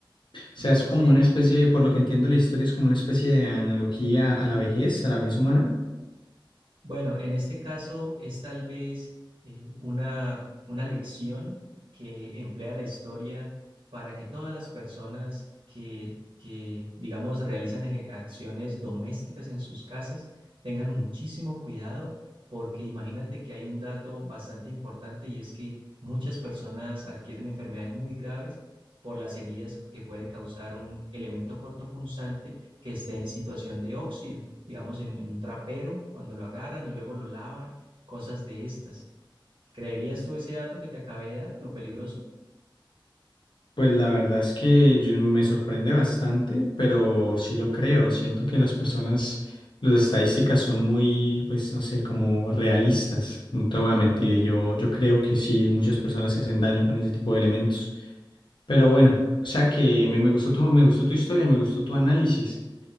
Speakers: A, on the left; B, on the right.
A: O sea,
B: Entonces,
A: es como una especie, por lo que entiendo la historia, es como una especie de analogía a la vejez, a la vejez humana.
B: Bueno, en este caso es tal vez eh, una, una lección que emplea la historia para que todas las personas que, que digamos, realizan eje- acciones domésticas en sus casas tengan muchísimo cuidado, porque imagínate que hay un dato bastante importante y es que muchas personas adquieren enfermedades muy graves por las heridas que puede causar un elemento cortopunzante que esté en situación de óxido digamos, en, en un trapero cuando lo agarran y luego lo lavan, cosas de estas. ¿Creerías tú ese dato que te acabé de dar, lo peligroso?
A: Pues la verdad es que yo- me sorprende bastante, pero sí lo creo. Siento que las personas, las estadísticas son muy, pues no sé, como realistas. No te voy a mentir, y yo, yo creo que sí, muchas personas se hacen daño con ese tipo de elementos. Pero bueno, o sea que me, me gustó tu, me gustó tu historia, me gustó tu análisis.